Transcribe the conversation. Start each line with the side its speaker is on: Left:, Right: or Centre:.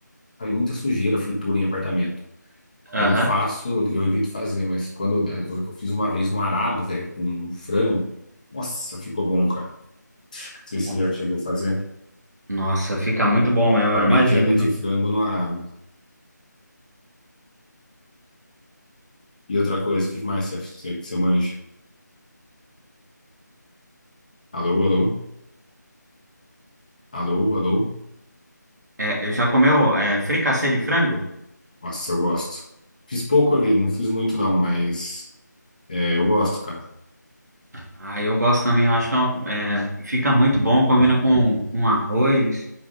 Left: faz muita sujeira, fritura em apartamento. Aí
Right: Aham.
Left: eu faço, eu evito fazer, mas quando eu, eu fiz uma vez no arado, velho, com frango, nossa, ficou bom, cara. sei
Right: Bom.
Left: se você já chegou a fazer.
Right: Nossa, fica muito bom mesmo,
Left: Parmegiana
Right: eu imagino.
Left: de frango no arado. E outra coisa, o que mais você, você, você manja? Alô, alô? Alô, alô?
Right: É, já comeu é, fricassê de frango?
Left: Nossa, eu gosto. Fiz pouco aqui, não fiz muito não, mas é, eu gosto, cara.
Right: Ah, eu gosto também, eu acho que é uma- é, fica muito bom, combina com, com arroz